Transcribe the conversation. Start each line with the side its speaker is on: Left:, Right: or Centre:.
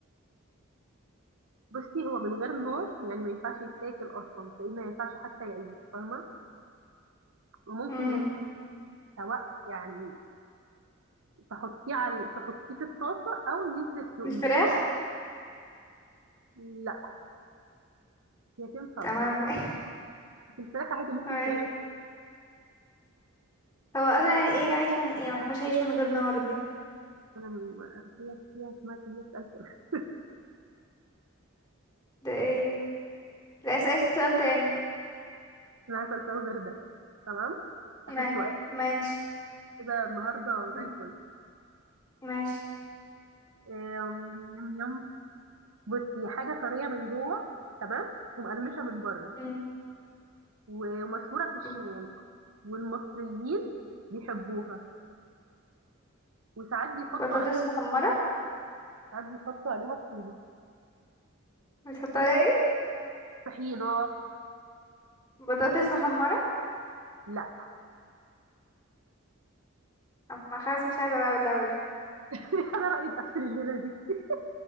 Right: بصي هو من غير نار يعني ما ينفعش يتاكل اصلا لان ما ينفعش حتى يعيش فاهمه وممكن
Left: امم
Right: يتسوى يعني تحطيه على تحطيه في الطاسه او ان انت تسلقيه
Left: بالفراخ
Right: لا هي تنفع
Left: تمام
Right: بصراحه
Left: <laughs>
Right: بس الفراخ عادي ممكن
Left: تمام
Right: تعيش
Left: هو اصلا يعني ايه عايش من يعني ما ينفعش يعيش من غير نار دي
Right: انا م- هي هي اسمها هي بتقلق
Left: ده ايه ده اسأل سؤال تاني
Right: انا عايزه الفراخ غير ده تمام
Left: ما-
Right: آخر سؤال
Left: ماشي
Right: كده النهاردة
Left: م-
Right: زي الفل
Left: ماشي
Right: آم، يم يم يم بصي حاجة طرية من جوه تمام ومقرمشة من بره
Left: مم.
Right: و- ومشهورة في الشام
Left: ب-
Right: والمصريين بيحبوها وساعات بيحطوا
Left: بطاطس
Right: عليها
Left: محمرة
Right: ساعات بيحطوا عليها طحينة
Left: بتحط عليها ايه
Right: طحينة
Left: بطاطس محمرة
Right: لا
Left: انا خلاص مش عايزة العب اللعبة دي
Right: <laughs> أنا رأيي نقفل الليلة دي <laughs>